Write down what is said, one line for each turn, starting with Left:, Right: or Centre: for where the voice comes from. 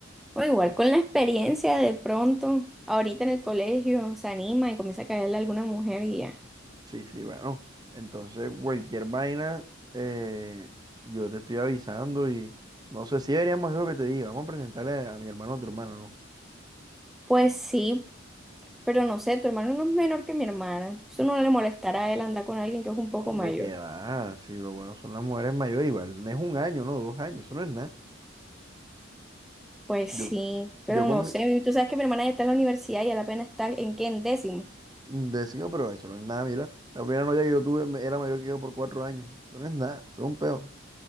Centre: O igual
Right: Sí,
Centre: con la experiencia de pronto, ahorita en el colegio se anima y comienza a caerle a alguna mujer y ya.
Right: sí, sí, bueno. Entonces, cualquier vaina, eh, yo te estoy avisando y no sé si deberíamos hacer lo que te dije. Vamos a presentarle a mi hermano o a tu hermana, ¿no?
Centre: Pues sí, pero no sé, tu hermano no es menor que mi hermana. Eso no le molestará a él andar con alguien que es un
Right: Hombre,
Centre: poco mayor.
Right: que va, si lo bueno son las mujeres mayores, igual, no es un año, no, dos años, eso no es nada.
Centre: Pues
Right: Yo,
Centre: sí, pero
Right: yo con
Centre: no
Right: mi,
Centre: sé, tú sabes que mi hermana ya está en la universidad y él apenas está en qué, en décimo.
Right: decido, pero eso no es nada, mira, la primera novia que yo tuve me- era mayor que yo por cuatro años, eso no es nada, eso es un peo.